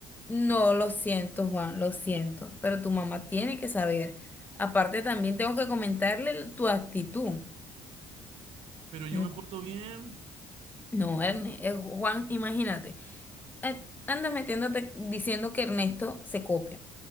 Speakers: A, on the left (about 20°); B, on the right (about 70°).
A: no, lo siento, Juan, lo siento, pero tu mamá tiene que saber. Aparte, también tengo que comentarle l- tu actitud.
B: pero yo
A: No,
B: me porto bien.
A: no, Erne- eh, Juan, imagínate, eh, andas metiéndote diciendo que Ernesto se copia.